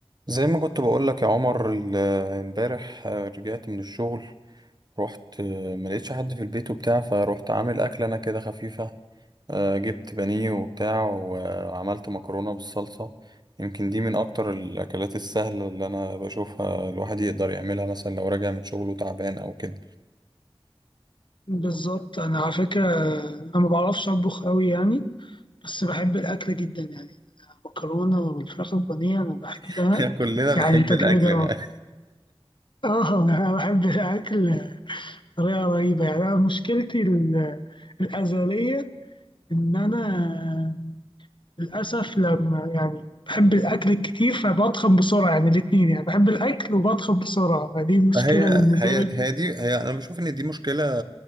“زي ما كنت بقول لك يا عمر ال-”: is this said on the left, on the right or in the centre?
Right